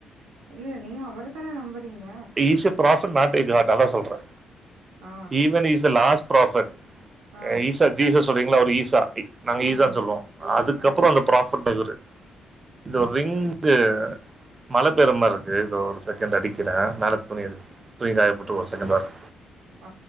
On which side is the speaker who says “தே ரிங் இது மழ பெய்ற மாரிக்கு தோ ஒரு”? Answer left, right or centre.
Right